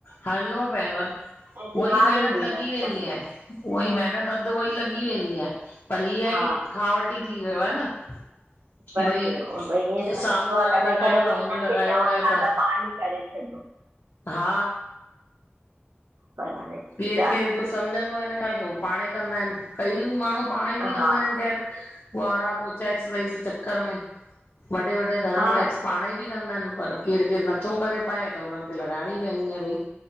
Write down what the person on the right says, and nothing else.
दिमाग़
बि ॾींदा
आहियूं
पंहिंजो
हा
बसि,
भई ईअं जो लॻंदो
आ कॾहिं-कॾहिं
भई हिननि
खे चवं
ता त पाणेई करे छॾो।
पर हाणे
चा
हा
हा